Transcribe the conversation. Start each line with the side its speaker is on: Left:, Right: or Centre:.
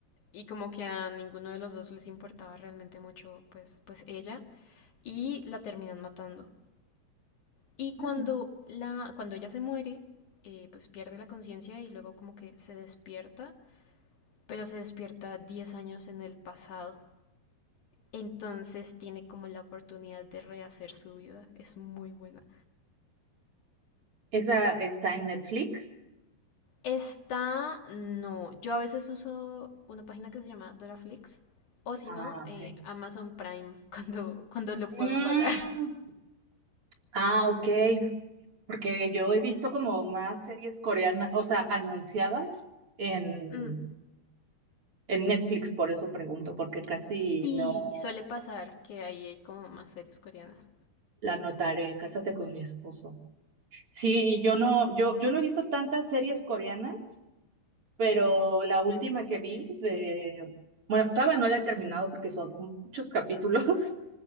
Left: y como que a ninguno de los dos les importaba realmente mucho pues, pues ella y la terminan matando. Y cuando,
Right: Mm,
Left: la, cuando ella se muere, eh, pues pierde la conciencia y luego como que se despierta, pero se despierta 10 años en el pasado. Entonces tiene como la oportunidad de rehacer su vida. Es muy buena.
Right: ¿Esa está en Netflix?
Left: Esta no. Yo a veces uso una página que se llama Doraflix. O si
Right: Ah,
Left: no,
Right: ok.
Left: eh, Amazon Prime <laughs> cuando, cuando lo puedo
Right: Mm,
Left: pagar.
Right: ah, ok, porque yo he visto como más series coreanas, o sea, anunciadas en,
Left: Mm.
Right: en Netflix, por eso pregunto, porque casi
Left: Sí,
Right: no
Left: suele pasar que ahí hay como más series coreanas.
Right: la notaré. Cásate con mi esposo. Sí, yo no, yo, yo no he visto tantas series coreanas. pero la última que vi de, bueno, todavía no la he terminado porque son muchos capítulos,